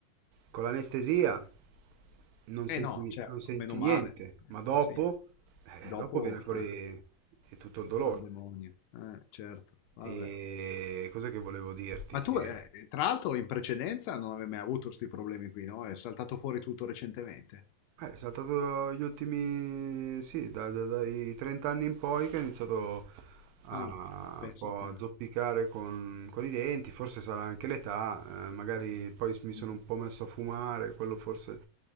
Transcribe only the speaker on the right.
con l'anestesia non
senti,
non senti
niente, ma dopo,
eh,
dopo viene fuori
eh, tutto il dolore.
E cosa che volevo dirti?
Che...
Eh, è stato gli ultimi, sì, da- da- dai 30 anni in poi che ha iniziato a
un po'
a zoppicare con, con i denti, forse sarà anche l'età, eh, magari poi s- mi sono
un po' messo a fumare, quello forse